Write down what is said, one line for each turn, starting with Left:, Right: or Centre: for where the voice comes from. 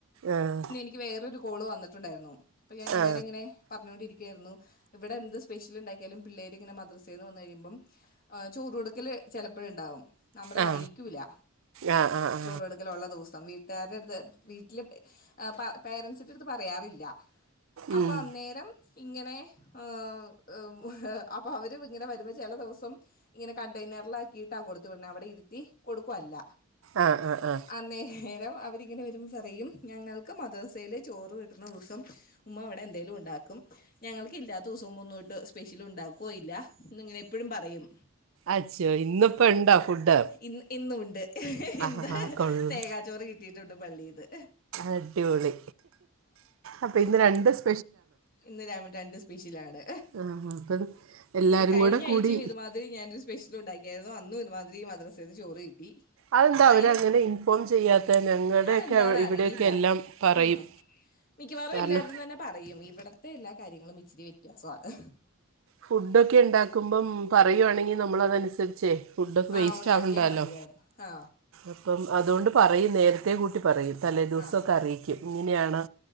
Right: ആഹ്
Left: എനിക്ക് വേറൊരു കോള് വന്നിട്ടുണ്ടായിരുന്നു അപ്പം ഞാൻ അന്നേ
Right: ആ
Left: ന്നേ പറഞ്ഞോണ്ടിരിക്കുവായിരുന്നു ഇവിടെ എന്ത് സ്പെഷ്യല് ഇണ്ടാക്കിയാലും പിള്ളേര് ഇങ്ങനെ മദ്രസേന്ന് വന്ന് കഴിയുമ്പം ആഹ് ചോറൊടുക്കല് ചെലപ്പഴിണ്ടാവും നമ്മളറിയിക്കൂല്ല
Right: ആ ആ ആ ആ
Left: ചോറ് കൊടുക്കലൊള്ള ദിവസം വീ വീട്ടാരട്ത്ത് വീട്ടില് അ പ പേരൻസിന്റെടുത്ത് പറയാറില്ല
Right: ഉം.
Left: അപ്പ അന്നേരം ഇങ്ങനെ ഏഹ് ഇഹ് ഉം അപ്പം അവരും ഇങ്ങനെ വരുമ്പം ചെല ദിവസം ഇങ്ങനെ കണ്ടെയ്നെർലാക്കിയിട്ടാ കൊടുത്ത് വിട്ണെ അവടെ ഇരുത്തി കൊടുക്കുവല്ല
Right: ആ ആ ആ
Left: അന്നേ രം അവരിങ്ങനെ വരുമ്പം പറയും ഞങ്ങൾക്ക് മദ്റസേല് ചോറ് കിട്ട്ണ ദിവസം ഉമ്മ വടെ എന്തേലും ഉണ്ടാക്കും ഞങ്ങൾക്ക് ഇല്ലാത്ത ദിവസം ഉമ്മ ഒന്നൂട്ട് സ്പെഷ്യല് ഉണ്ടാക്കൊവില്ല എന്നിങ്ങനെ എപ്പഴും പറയും
Right: അച്ഛോ ഇന്നിപ്പോൾ ഉണ്ടോ ഫുഡ്
Left: ഇന്ന് ഇന്നുവുണ്ട്
Right: ആ
Left: ഇന്ത്
Right: ആ കൊള്ള
Left: തേങ്ങാച്ചോറ് കിട്ടിയിട്ടുണ്ട് പള്ളീന്ന്
Right: അടിപൊളി അപ്പം ഇന്ന് രണ്ട് സ്
Left: ഇന്ന് ര രണ്ടും സ്പെഷ്യലാണ്
Right: ആ അപ്പം എല്ലാവരും
Left: കഴിഞ്ഞ
Right: കൂടെ കൂടി
Left: ആഴ്ചയും ഇത് മാ തിരി ഞാനൊരു സ്പെഷ്യലും ഉണ്ടാക്കിയാര്ന്നു അന്നും ഇതുമാതിരി മദ്രസേന്ന് ചോറ് കിട്ടി
Right: അതെന്താ അവര്
Left: അതിനും
Right: അങ്ങനെ ഇൻഫോം ചെയ്യാത്തെ ഞങ്ങടെക്കെ
Left: അതെന്താണെന്ന്
Right: ഇവ് ഇവിടെയൊക്കെ
Left: അറിയില്ല
Right: എല്ലാം പറയും
Left: ഉം. മിക്കവാറും
Right: കാരണം
Left: എല്ലായിടത്തും തന്നെ പറയും ഇവിടത്തെ എല്ലാ കാര്യങ്ങളും ഇച്ചിരി വ്യത്യാസവാണ്
Right: ഫുഡൊക്കെ ഉണ്ടാക്കുമ്പം പറയുവാണെങ്കി നമ്മളതനുസരിച്ചേ ഫുഡൊക്കെ
Left: ആ
Right: വേസ്റ്റ്
Left: ഉണ്ടാക്കിയാൽ
Right: ആവണ്ടാല്ലോ
Left: മതിയായിരുന്നു ആ
Right: അപ്പം അതോണ്ട് പറയും നേരത്തേ കൂട്ടി പറയും തലേദിവസോക്കെ
Left: ആ
Right: അറിയിക്കും ഇങ്ങനെയാണ്